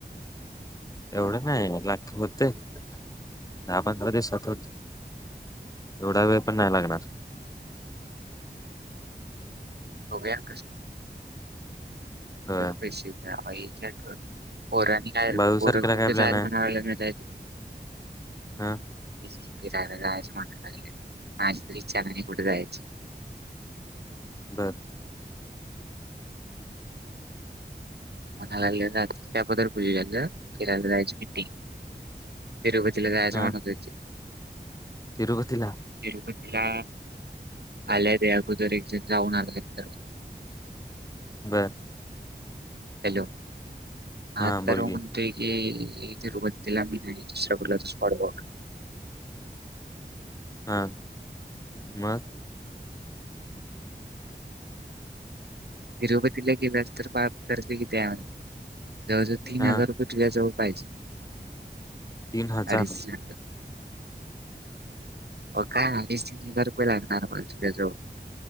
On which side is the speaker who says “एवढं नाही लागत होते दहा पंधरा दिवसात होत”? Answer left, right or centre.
Left